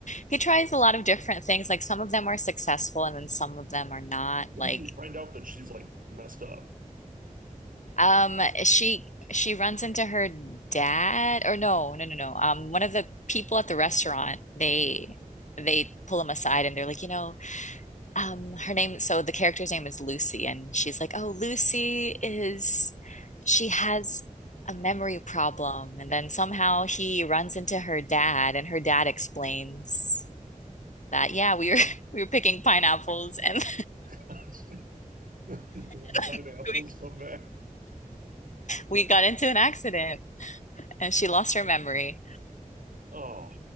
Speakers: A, on the left; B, on the right.
A: he tries a lot of different things. Like some of them are successful and then some of them are not.
B: When
A: Like
B: does he find out that she's like messed up?
A: um she she runs into her dad or no, no, no, no. Um one of the people at the restaurant, they they pull him aside and they're like, "You know, um her name so the character's name is Lucy and she's like oh Lucy is she has a memory problem and then somehow he runs into her dad and her dad explains that yeah we were <laughs> we were picking pineapples and
B: <laughs> Damn
A: <laughs>
B: pineapples
A: we,
B: come back.
A: we got into an accident and she lost her memory
B: Oh,